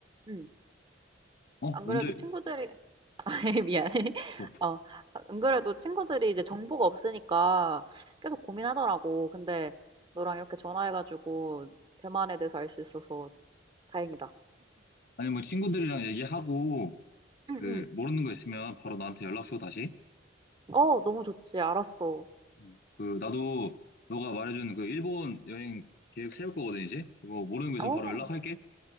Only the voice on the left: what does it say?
어,
먼저,
어,
아니 뭐 친구들이랑 얘기하고, 그
모르는 거 있으면 바로 나한테 연락 줘, 다시.
음. 그 나도 너가 말해준 그 일본 여행 계획 세울 거거든 이제 그거 모르는 거 있으면
바로 연락할게